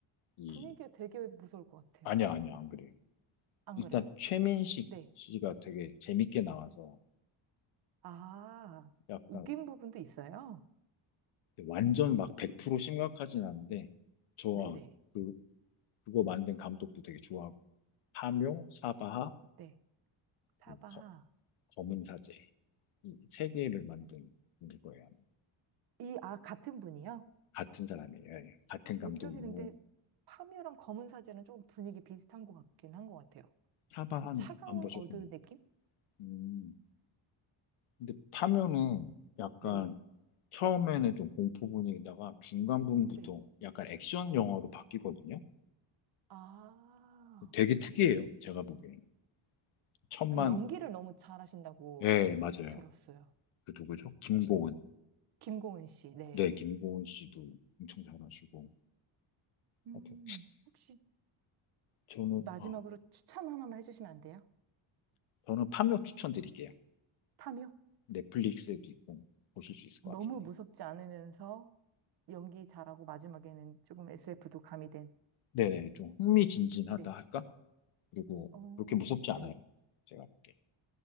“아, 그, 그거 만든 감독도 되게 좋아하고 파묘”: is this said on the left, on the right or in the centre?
Left